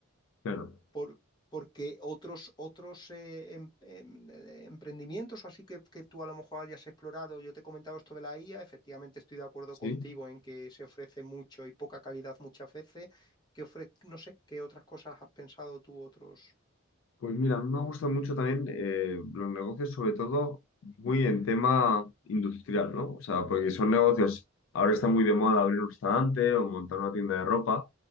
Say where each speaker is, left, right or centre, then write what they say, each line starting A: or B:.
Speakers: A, on the left (about 65°); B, on the left (about 20°).
A: claro.
B: Por- porque otros, otros eh, em- em- eh, emprendimientos, o así que, que tú a lo mejor hayas explorado, yo te he comentado esto de la IA, efectivamente estoy de acuerdo
A: Sí.
B: contigo en que se ofrece mucho y poca calidad muchas veces. ¿Qué ofre- no sé, qué otras cosas has pensado tú, otros?
A: Pues mira, a mí me gustan mucho también eh, los negocios, sobre todo muy en tema industrial, ¿no? O sea, porque son negocios, ahora está muy de moda abrir un restaurante o montar una tienda de ropa,